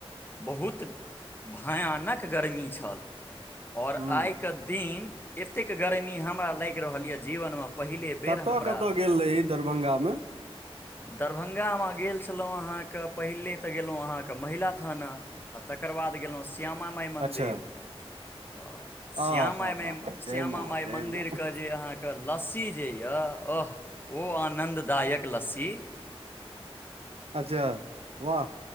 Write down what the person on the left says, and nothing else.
बहुत भयानक गर्मी छल ओर
आइ
दिन एतेक गरमी हमरा लागि रहल यऽ जीवन म पहिले बेर
हमरा
दरभंगाम गेल छलहुँ अहाँक पहिले तऽ गेलअउ अहाँके महिला थाना आ तख तकर बाद गेलअउ श्यामा माइ मन्दिर
ओर श्यामा
मे
श्यामा
माइ
मन्दिर
क जे अहाँ क लस्सी जे यह् अह ओ आनददायक लस्सी की